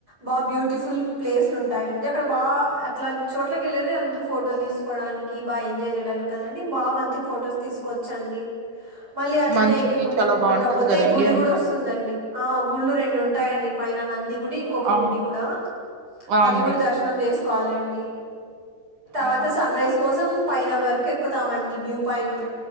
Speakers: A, on the right (about 20°); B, on the right (about 50°).
A: వావ్ బ్యూటిఫుల్ ప్లేసులు ఉంటాయండి అక్కడ బాగా అట్లా చోట్లకి వెళ్ళేది అందరు ఫోటోలు తీసుకోవడానికి బా ఎంజాయ్ చేయ చేయడానికి కదండి బా మంచిగా ఫొటోస్ తీసుకోవచ్చ అండి మళ్ళీ అట్లనే
B: మంచుకి
A: ఎక్కుకుంట
B: చాలా
A: ఎక్కుకుంట
B: బాగుంటది
A: పోతే
B: కదండి
A: గుడి
B: అంతా
A: కూడా వస్తుందండి ఆ గుళ్ళు రెండు ఉంటాయండి పైన నంది గుడి ఇంకొక
B: ఆ
A: గుడి కూడా
B: ఆ
A: అది
B: అండి
A: కూడా దర్శనం చే చేసుకోవాలండి తర్వాత
B: ఆ
A: సన్ రైస్ కోసం పైన వరకు ఎక్కుతామండి వ్యూ పాయింట్